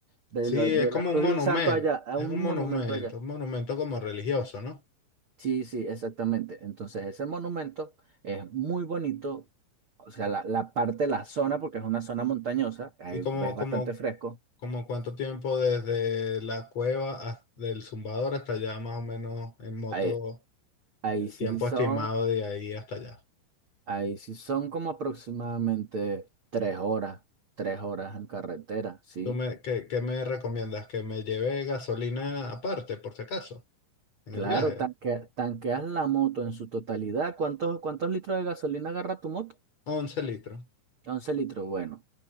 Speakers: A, on the right; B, on the left.
A: de
B: Sí,
A: la, de
B: es como
A: la cruz
B: un monumento,
A: de un santo allá, a
B: es
A: un
B: un monumento,
A: monumento allá.
B: un monumento como religioso, ¿no?
A: Sí, sí, exactamente. Entonces, ese monumento es muy bonito. O sea, la, la parte de la zona, porque es una zona montañosa, ahí
B: Y como,
A: ves bastante
B: como,
A: fresco.
B: como cuánto tiempo desde la cueva hasta- del Zumbador hasta allá, más o menos en moto,
A: Ahí, ahí
B: el
A: sí
B: tiempo
A: son,
B: estimado de ahí hasta allá.
A: ahí sí son como aproximadamente tres horas, tres horas en carretera, ¿sí?
B: ¿Tú me, qué, qué me recomiendas? ¿Que me lleve gasolina aparte, por si acaso, en
A: Claro,
B: el viaje?
A: tanque- tanqueas la moto en su totalidad. ¿Cuántos, cuántos litros de gasolina agarra tu moto?
B: once litros,
A: once litros, bueno.